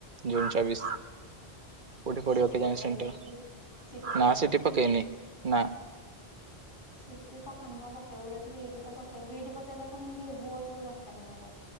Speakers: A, on the right; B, on the left.
A: ଜୁନ ଚବିଶ। କୋଉଠି ପଡିବ
B: ସିଟି
A: କେଜାଣି
B: ପକେଇଲୁ
A: ସେଣ୍ଟର୍
B: କି ସିଟି ପକେଇଲୁ
A: ନା ସେଠି
B: କି?
A: ପକେଇନି ନା।
B: ସିଟି ପକା ନୁଆ ପକେଇବ ଯଦି ବି ଡି ତ ପକେଇବ ବି ଡି ପକେଇଲେ କଣ କି ବୋଥକୁ ଦରକାର ହବ।